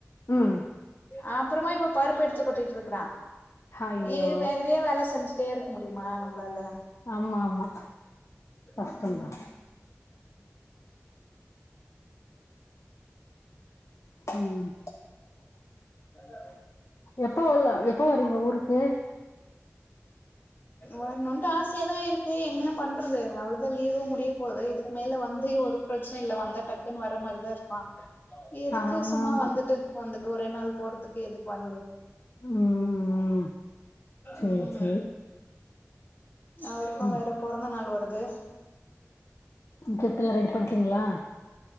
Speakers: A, on the left; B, on the left.
A: ம்
B: அ அப்பறமா இப்ப பருப்பு எடுத்து கொட்டிட்ருக்குறா
A: ஐயோ
B: ஏ வேற இதே வேல செஞ்சி ட்டே இருக்க முடியுமா நம்ளால
A: ஆமா ஆமா கஷ்டம்தா
B: ம் ம்
A: ம்
B: ஆஹ <inaudible>
A: எப்போ வர்லா எப்போ வரீங்க ஊருக்கு
B: வர்ணுன்ட்டு ஆசையாதா இருக்கு என்ன பண்றது அவ்ளோதா லீவு முடிய போது இதுக்கு மேல வந் து ஒரு ப்ரச்சனையு இல்ல வந்தா டக்குன்னு வர மாரிதா இருப்பா எதுக்கு
A: ஆமா
B: சும்மா
A: ஆமா
B: வந்துட்டு வந்துட்டு ஒரே நாள் போறத்துக்கு எதுக் வர்றது
A: ம் சேரி
B: ம் ம்
A: சேரி
B: அவருக்கு
A: ம்
B: வேற பொறந்த நாள் வருது
A: கிஃப்ட் எல்லா ரெடி பண்ணிட்டீங்களா